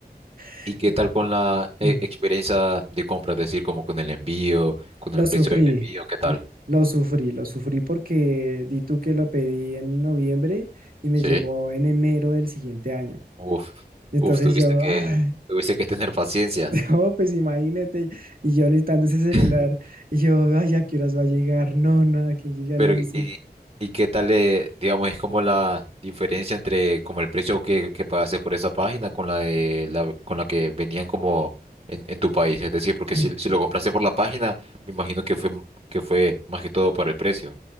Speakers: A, on the right (about 60°); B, on the right (about 35°).
A: <clears throat>
B: ¿Y qué tal con la eh,
A: <laughs>
B: experiencia de compra? Es decir, como con el envío, con
A: Lo
B: el precio
A: sufrí,
B: del envío, ¿qué tal?
A: l- lo sufrí, lo sufrí porque di tú que lo pedí en noviembre y me
B: Sí.
A: llegó en enero del siguiente año.
B: Uf,
A: Entonces
B: uf, tuviste
A: yo,
B: que,
A: ay,
B: tuviste que tener paciencia.
A: <laughs> no, pues imagínate, y yo necesitando ese celular,
B: <laughs>
A: y yo, ay, ¿a qué horas va a llegar? No, nada, que llega,
B: Pero,
A: no dicen.
B: ¿y, y qué tal, eh, digamos, es como la diferencia entre como el precio que, que pagaste por esa página con la, de, la con la que venían como en, en tu país? Es decir, porque
A: <clears throat>
B: si, si lo compraste por la página, me imagino que fue, que fue más que todo por el precio.